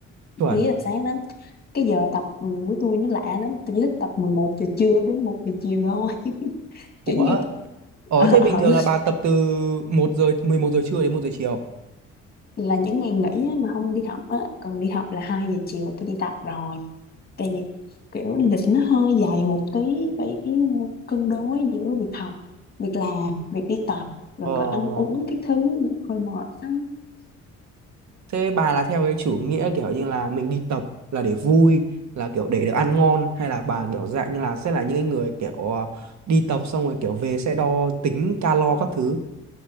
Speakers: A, on the right; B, on the left.
A: chuẩn
B: tôi ghét tập sáng lắm cái giờ tập ừ, của tôi nó lạ lắm tôi chỉ thích tập 11 giờ trưa đến một giờ chiều thôi <laughs>
A: ủa
B: kiểu như
A: ủa
B: ờ
A: thế bình
B: ờ,
A: thường là bà tập từ một giờ 11 giờ trưa đến một giờ chiều
B: là những ngày nghỉ á, mà không đi học á còn đi học là 2 giờ chiều tôi đi tập rồi tại vì kiểu lịch nó hơi dài một tí phải cân đối giữa việc học việc làm việc đi tập rồi
A: ờ
B: còn ăn uống cái thứ hơi mệt á
A: thế bà là theo cái chủ nghĩa kiểu như là mình đi tập là để vui là kiểu để được ăn ngon hay là bà kiểu dạng như là sẽ là những cái người kiểu ờ, đi tập xong rồi kiểu về sẽ đo tính calo các thứ